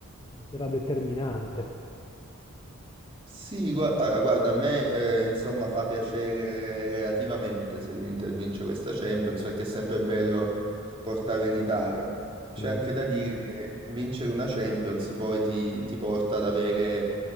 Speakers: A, on the left; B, on the right.
A: se sarà determinante.
B: Sì, gua- allora, guarda, a me eh, insomma fa piacere relativamente se l'Inter vince questa Champions, perché è sempre bello portare in Italia. C'è
A: Mm.
B: anche da dire che vincere una Champions poi ti, ti porta ad avere